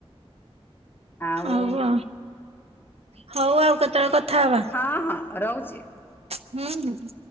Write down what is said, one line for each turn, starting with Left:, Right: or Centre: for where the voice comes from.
Left: ଆଉ
Right: ହଉହ। ହଉ ଆଉ କେତେବେଳେ କଥା ହବା।
Left: ହଁ ହଁ ରହୁଛି
Right: ହୁଁ ହୁଁ।